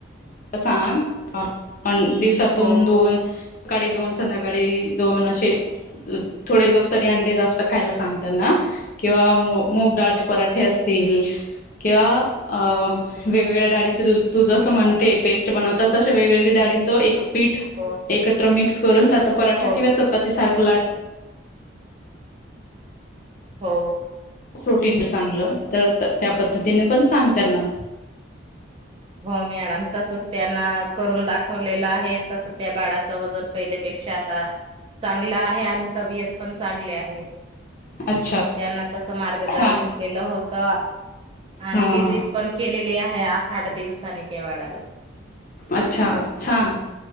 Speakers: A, on the left (about 45°); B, on the right (about 25°).
A: स सांग न दिवसातून
B: हो
A: दोन सकाळी दोन संध्याकाळी दोन अशे थोडे दिवस तरी अंडे जास्त खायला सांग त्यांना किंवा मुग डाळ पराठे
B: हो
A: असतील. किंवा वेगवेगळ्या डाळीच तु तू जस म्हणते पेस्ट बनवतात अशा वेगवेगळे दाळींच एक पीठ
B: हो
A: एकत्र मिक्स करून <unintelligible> पराठा
B: हो
A: किंवा चपाती सारख लाटुन
B: हो.
A: प्रोटीन दे चांगल तर त्या पद्धतीने पण सांग त्यांना.
B: हो मॅडम तसच त्यांना करून दाखवलेलं आहे तस त्या बाळाच वजन पहिलेपेक्षा आता चांगलं आहे आणि तबीयत पण चांगली आहे.
A: अच्छा
B: त्यांना तस मार्गदर्शन
A: छान
B: केलं हो त आणि
A: हा
B: विजिट
A: हा
B: पण केलेली आहे आ दिवसानी येते वाढाला.
A: अच्छा छान